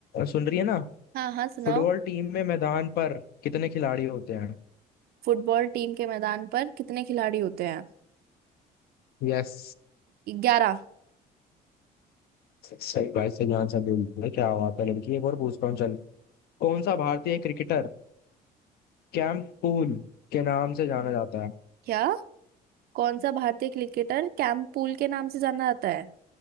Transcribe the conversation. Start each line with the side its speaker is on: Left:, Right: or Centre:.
Left: सुन रही है ना
Right: हाँ हाँ सुनाओ
Left: फुटबॉल टीम में मैदान पर कितने खिलाड़ी होते हैं
Right: फुटबॉल टीम के मैदान पर कितने खिलाड़ी होते हैं
Left: यस
Right: ग्यारह
Left: सही भाई सही आंसर बोल रहे हैं। क्या बात है लड़की एक और पूछता हूँ चल कौन सा भारतीय क्रिकेटर कैप्टन कूल के नाम से जाना जाता है
Right: क्या कौन सा भारतीय क्रिकेटर कैंपूल के नाम से जाना जाता है